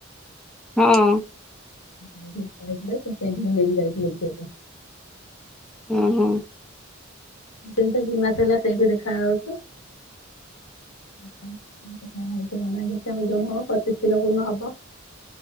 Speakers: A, in the centre; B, on the left.
A: ହଁ
B: ସେଇଠିକି ନେଇଥିଲେ ସେ ସେଇଠିକି ନେଇକି ଯାଇଥିଲେ ପୁଅକୁ।
A: ଓ ହୋ
B: ଦି ମାସେ ହେଲା ସେଇଠି ଦେଖା ହୋଉଛି। ଦେଖିଆ କଣ ହେଉଚି କଣ ନାଇ କେତେ ଓଜନ ହବ ପଚିଶ କିଲୋ କୋଉଦିନ ହବ।